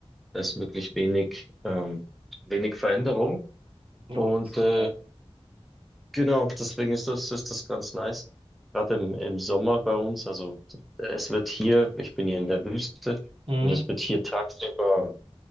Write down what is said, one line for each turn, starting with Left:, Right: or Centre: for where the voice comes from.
Centre: Da ist wirklich wenig, ähm, wenig Veränderung.
Right: Ja,
Centre: Und
Right: das ist
Centre: äh,
Right: geil.
Centre: genau, deswegen ist das, ist das ganz nice. Gerade im, im Sommer bei uns, also es wird hier, ich bin hier in der Wüste
Right: Mhm.
Centre: und es wird hier tagsüber